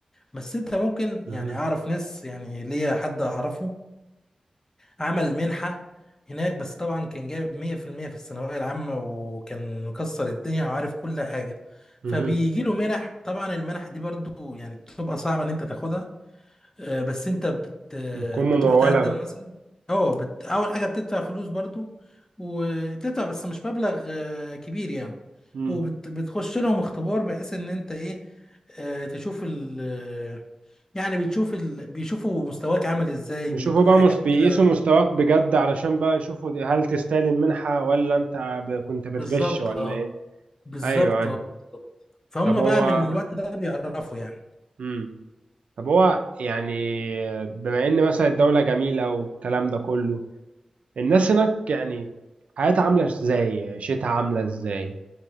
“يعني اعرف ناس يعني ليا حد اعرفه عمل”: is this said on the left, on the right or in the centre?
Left